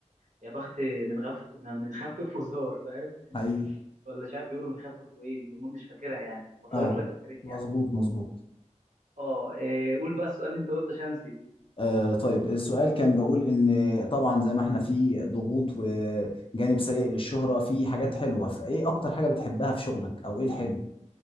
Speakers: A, on the right; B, on the left.
A: يا بخت من غف من من خفف وزار فاهم
B: حقيقي
A: ولا مش عارف بيقولوا من خفف وايه المهم مش فاكرها يعني وصلت
B: اه
A: لك فكرتي
B: مظبوط
A: يعني
B: مظبوط
A: اه إيه، قول بقى السؤال اللي انت قلته عشان أنا نسيت
B: آه طيب السؤال كان بقول إن طبعا زي ما احنا في ضغوط وجانب سيء للشهرة في حاجات حلوة فإيه أكتر حاجة بتحبها في شغلك أو إيه الحلو؟